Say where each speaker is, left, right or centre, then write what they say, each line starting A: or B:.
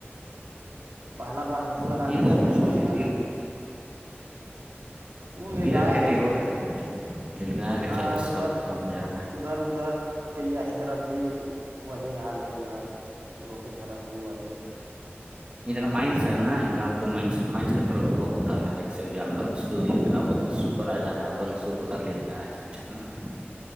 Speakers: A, on the right; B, on the right.
A: پہلا بار ہم
B: نہیں
A: لگا کے
B: ادھر
A: دیکے
B: کچھ
A: ہیں اس
B: کھیتی
A: کا
B: ہو
A: ان نیل
B: ادھر
A: گاہ
B: کھیتی
A: کے چلتے
B: ہو رہا ہے کچھ بھی لیل گائے کے
A: ہاں
B: چلتے
A: ادھر
B: سب ختم ہو جا رہا
A: ادھر ادھر تلیا ہیی طرف بھی وہی حال ہے ادھر لوہڑی طرف بھی وہی
B: ادھر مائنس ہے نا ہڈال کو مائس مائنس کی طرف بہت آ رہا ہے ایک سے ایک جانور س لا بولتا س آ جا رہا ہے بن سو لا ہے جتنا ہے